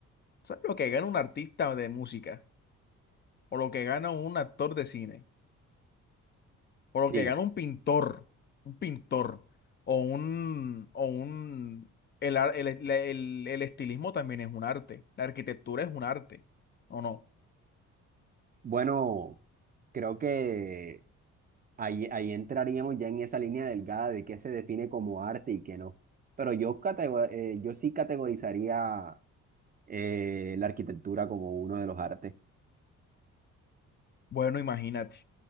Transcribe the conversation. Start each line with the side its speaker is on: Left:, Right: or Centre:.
Left: ¿Sabes lo que gana un artista de música o lo que gana un actor de cine? Por lo
Right: Sí.
Left: que gana un pintor, un pintor, o un, o un, el, ar- el, el- el- el estilismo también es un arte, la arquitectura es un arte, ¿o no?
Right: Bueno, creo que Ahí, ahí entraríamos ya en esa línea delgada de qué se define como arte y qué no. Pero yo, catego- eh, yo sí categorizaría eh, la arquitectura como uno de los artes.
Left: Bueno, imagínate,